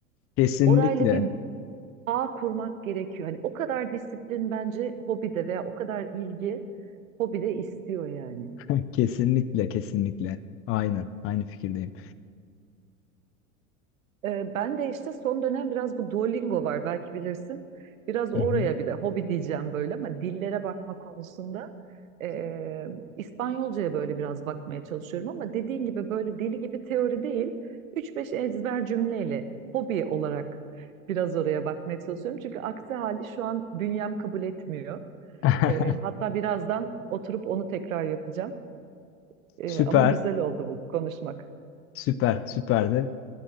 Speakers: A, on the left (about 35°); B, on the right (about 70°).
A: Kesinlikle.
B: orayla bir bağ kurmak gerekiyor. Hani o kadar disiplin bence hobide veya o kadar ilgi hobide istiyor yani.
A: <laughs> Kesinlikle, kesinlikle. Aynen, aynı fikirdeyim.
B: Ee, ben de işte son dönem biraz bu Duolingo var belki bilirsin. Biraz oraya
A: Hı hı.
B: bir de hobi diyeceğim böyle ama dillere bakma konusunda ee, İspanyolcaya böyle biraz bakmaya çalışıyorum ama dediğin gibi böyle deli gibi teori değil. 3-5 ezber cümleyle hobi olarak biraz oraya bakmaya çalışıyorum. Çünkü aksi hali şu an bünyem kabul etmiyor.
A: <laughs>
B: Ee, hatta birazdan oturup onu tekrar yapacağım. Ee,
A: Süper,
B: ama güzel oldu bu konuşmak.
A: süper, süper de.